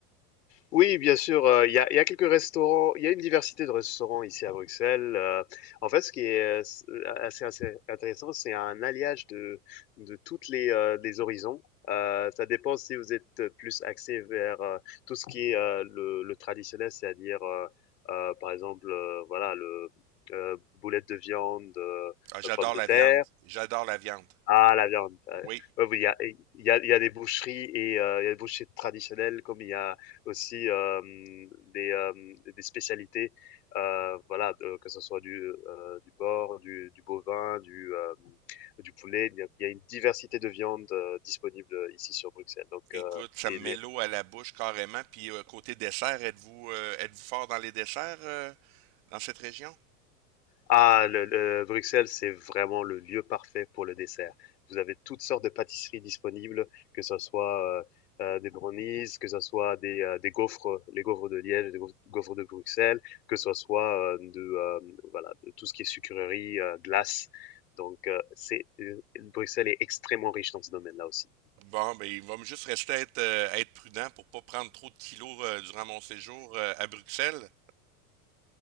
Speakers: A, on the left (about 80°); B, on the right (about 55°).
A: Oui, bien sûr, heu, il y a il y a quelques restaurants il y a une diversité de restaurants ici à Bruxelles, heu, en fait, ce qui est, heu, c assez assez intéressant, c'est un alliage de de toutes les, heu, les horizons, heu, ça dépend si vous êtes plus axé vers, heu, tout ce qui est, heu, le le traditionnel, c'est-à-dire, heu heu, par exemple, heu, voilà, le, heu, boulettes de viande, heu,
B: Ah, j'adore
A: pommes de
B: la
A: terre
B: viande. J'adore la viande.
A: ah la viande, heu,
B: Oui.
A: oui, oui, il y a il y a il y a des boucheries et heu, il y a des boucheries traditionnelles comme il y a aussi, hem, des, hem, des spécialités, heu, voilà, de que ce soit du, heu, du porc, du du bovin, du, hem, du poulet. Il y a il y a une diversité de viandes, heu, disponibles, ici sur Bruxelles donc
B: Écoute,
A: heu
B: ça
A: et
B: me met l'eau à la bouche carrément. Puis euh, côté dessert, êtes-vous euh, êtes-vous fort dans les desserts euh, dans cette région?
A: Ah, le, le- Bruxelles, c'est vraiment le lieu parfait pour le dessert. Vous avez toutes sortes de pâtisseries disponibles, que ce soit euh, euh, des brownies, que ce soit des, euh, des gaufres, les gaufres de Liège, les gaufres, gaufres de Bruxelles, que ce soit euh, de, euh, voilà, de tout ce qui est sucrerie, euh, glace. Donc, euh, c'est, euh, Bruxelles est extrêmement riche dans ce domaine-là aussi.
B: Bon, ben il va me juste rester à être, euh, à être prudent pour pas prendre trop de kilos euh, durant mon séjour euh, à Bruxelles.